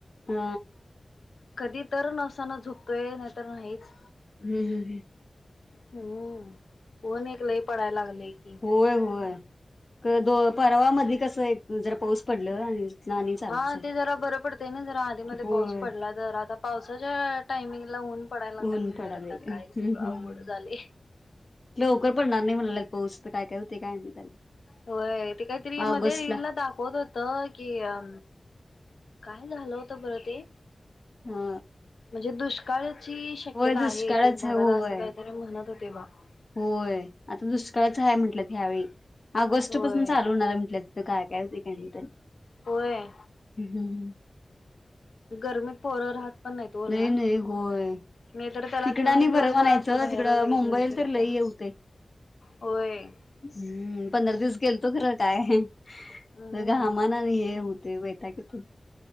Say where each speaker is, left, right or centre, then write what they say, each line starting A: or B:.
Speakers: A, on the left (about 45°); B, on the left (about 75°).
A: हा.
B: कधी तर नवसानं झोपतोय नाही तर नाहीच.
A: हम् हम हम.
B: हम्म ऊन एक लई पडाय लागलय की.
A: होय होय. दो परवामध्ये कसं एक जरा पाऊस पडल आणि तिथनं आणि चालूच
B: हा
A: आहे.
B: ते जरा बरं पडत नई जरा आधीमध्ये
A: होय.
B: पाऊस पडला तर आता पावसाच्या टायमिंगला ऊन पडायला लागलंय
A: ऊन
B: म्हणल्यावर
A: पडाले
B: आता
A: हम्म
B: सगळं
A: हम्म
B: अवघड झालंय.
A: लवकर पडणार नाही म्हणाल्यांत पाऊस. आता काय काय होतय काय माहित. आणि
B: होय ते काहीतरी
A: ऑगस्टला
B: मध्ये रील ला दाखवत होत कि अ काम झालं होतं बरं ते
A: हा
B: म्हणजे दुष्काळाची शक्यता
A: दुष्काळच
B: आहे एक एक भागात
A: आहे होय
B: असं काहीतरी म्हणत होते बाबा
A: होय आता दुष्काळच आहे म्हंटलंत ह्यावेळी ऑगस्ट
B: होय
A: पासून चालू होणार आहे म्हटलंत. <inaudible> काय काय <inaudible>
B: होय
A: हम्म हम्म.
B: गरमीत पोरं राहत पण नाहीत ओ लहान.
A: नाही नाही होय
B: मी तर त्याला
A: इकडं
B: दिवस
A: आणि
B: दिवसभर
A: बरं म्हणायचं
B: असं बाहेर
A: तिकडं
B: वगैरे
A: मुंबईल
B: घेऊन फिरत्या
A: तर लई होतंय.
B: होय
A: हम्म पंधरा दिवस गेलं खरं काय
B: हम्म.
A: घामा न हे तेचं वैताग येतोय